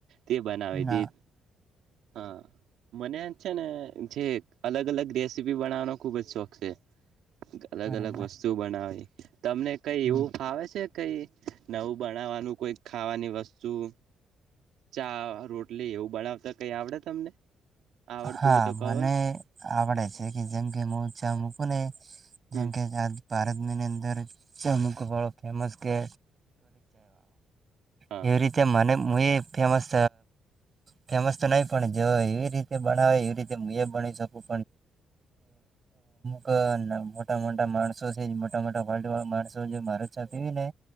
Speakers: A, on the right; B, on the right.
A: તે બનાવે
B: ના
A: તી. હા મને છે ને જે અલગ અલગ રેસીપી બનાવવાનો ખુબ જ શોખ છે. અલગ
B: બરોબર
A: અલગ વસ્તુ બનાવે તમને કઈ
B: હમ
A: એવું ફાવે છે, કઈ નવું બનાવાનું કોઈ ખાવાની વસ્તુઓ ચા રોટલી એવું બનાવતા કઈ આવડે તમને? આવડતું
B: હા,
A: હોય તો
B: મને
A: કહો ને
B: આવડે છે કે જેમ કે હુંચા મૂકું ને
A: હમ
B: જેમ કે <unintelligible> ભારત ની અંદર અમુક <unintelligible> વાળો ફેમસ કે
A: હા
B: એવી રીતે મને હું એ ફેમસ ફેમસ તો નહી પણ જો એવી રીતે બનાવે એવી રીતે હ એ ભની શકું પણ અમુક મોટા મોટા માણસો છે મોટા મોટા ફ્ટ વાળ માણસો જે માર છા પીવી ને